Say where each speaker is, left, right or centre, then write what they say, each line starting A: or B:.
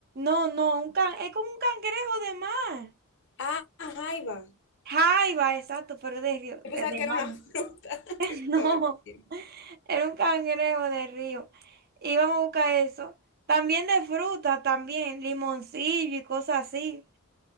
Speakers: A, on the right (about 45°); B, on the left (about 55°).
A: No, no, un can, es como un cangrejo de mar.
B: Ah, jaiba.
A: Jaiba, exacto, pero de río,
B: Yo
A: de,
B: pensaba
A: de
B: que
A: mar.
B: era una <laughs> fruta
A: <laughs>
B: que te
A: No,
B: estaba diciendo.
A: era un cangrejo de río. Íbamos a buscar eso. También de fruta, también, limoncillo y cosas así.